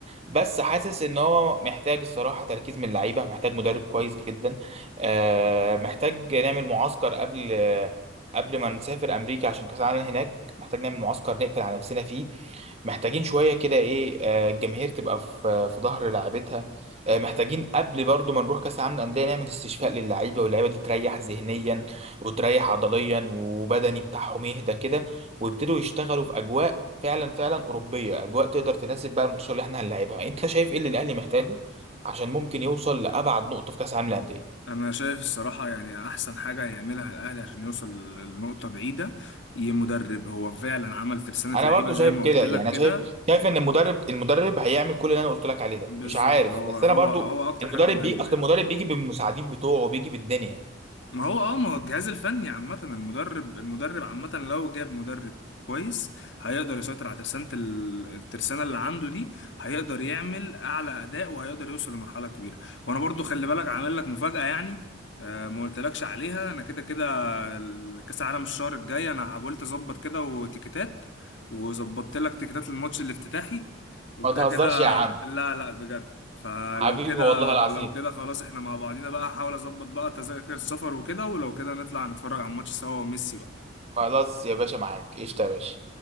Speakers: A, on the right; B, on the left.
A: بس حاسس ان هو محتاج الصراحه تركيز من اللعيبه محتاج مدرب كويس جدا آه، محتاج نعمل معسكر قبل قبل ما نسافر امريكا عشان كاس العالم هناك محتاج نعمل معسكر نقفل على نفسنا فيه محتاجين شوية كده ايه آه، الجماهير تبقى في في ظهر لاعبتها آه، محتاجين قبل برضو ما نروح كأس العالم للأندية نعمل استشفاء للعيبة واللعيبة دي تريح ذهنيا وتريح عضليا وبدني بتاعهم يهدى كده ويبتدوا يشتغلوا في أجواء فعلا فعلا أوروبية أجواء تقدر تناسب بقى الماتشات اللي احنا هنلعبها أنت شايف ايه اللي الأهلي محتاجه عشان ممكن يوصل لأبعد نقطة في كأس العالم للأندية
B: انا شايف الصراحة يعني احسن حاجة هيعملها الاهلي عشان يوصل لنقطة بعيدة ي مدرب هو فعلا عمل ترسانة
A: انا
B: لعيبة
A: برضو شايف
B: زي ما
A: كده
B: قلت
A: يعني
B: لك
A: انا
B: كده
A: شايف شايف ان المدرب المدرب هيعمل كل اللي انا قلت لك عليه ده
B: بالظبط
A: مش عارف
B: هو
A: بس
B: هو
A: انا برضو
B: هو اكتر
A: المدرب
B: حاجة مهمة
A: بي اصل
B: يعني
A: المدرب بيجي بالمساعدين بتوعه بيجي بالدنيا
B: ما هو اه ما هو الجهاز الفني عامة المدرب المدرب عامة لو جاب مدرب كويس هيقدر يسيطر على ترسانة ال- الترسانة اللي عنده دي هيقدر يعمل أعلى أداء وهيقدر يوصل لمرحلة كبيرة وأنا برضو خلي بالك عامل لك مفاجأة يعني آه ما قلتلكش عليها أنا كده كده ال- كاس العالم الشهر الجاي انا حاولت اظبط كده وتيكتات وظبطت لك تيكتات للماتش الافتتاحي وكده
A: ما تهزرش
B: كده
A: يا عم
B: لا لا بجد فلو
A: حبيبي
B: كده
A: والله العظيم
B: لو كده خلاص احنا مع بعضينا بقى هحاول اظبط بقى تذاكر السفر وكده ولو كده نطلع نتفرج على الماتش سوا وميسي بقى
A: خلاص يا باشا معاك قشطة يا باشا